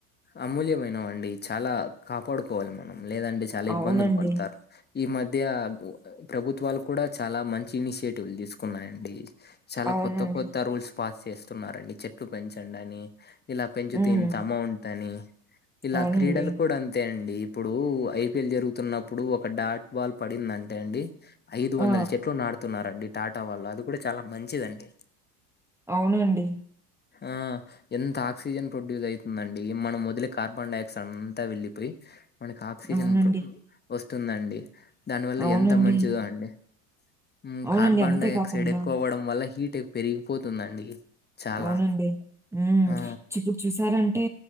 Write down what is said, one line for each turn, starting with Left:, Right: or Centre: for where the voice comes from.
Left: అమూల్యమైనవి అండి చాలా కాపాడుకోవాలి మనం లేదంటే చాలా
Centre: అవునండి.
Left: ఇబ్బందులు పడతారు. ఈ మధ్య ప్రభుత్వాలు కూడా చాలా మంచి ఇనిషియేటివ్లు తీసుకున్నాయండి. చాలా
Centre: అవునండి.
Left: కొత్త కొత్త రూల్స్ పాస్ చేస్తున్నారండి చెట్లు పెంచండి అని ఇలా పెంచితే
Centre: హ్మ్.
Left: ఇంత అమౌంట్ అని ఇలా
Centre: అవునండి.
Left: క్రీడలు కూ డ అంతే అండి ఇప్పుడు ఐపిఎల్ జరుగుతున్నప్పుడు ఒక డాట్ బాల్ పడింది అంటే అండి ఐదు వందల
Centre: ఆ!
Left: చెట్లు నాటుతున్నారండి టాటా వాళ్ళు అది కూడా చాలా మంచిదండి
Centre: అవునండి
Left: ఆ ఎంత ఆక్సిజన్ ప్రొడ్యూస్ అయితుందండి మనం వదిలే కార్బన్ డై ఆక్సైడ్ అంతా వెళ్లిపోయి మనకి ఆక్సిజన్
Centre: అవునండి.
Left: వస్తుందండి దానివల్ల
Centre: అవునండి.
Left: ఎంత మంచిదో అండి ఉమ్మ్
Centre: అవునండి.
Left: కార్బన్
Centre: అంతే
Left: డై
Centre: కాకుండా
Left: ఆక్సైడ్ ఎక్కువ అవ్వడం వల్ల హీట్ పెరిగిపోతుందండి చాలా
Centre: అవునండి ఉమ్మ్
Left: ఆ
Centre: చు చూసారంటే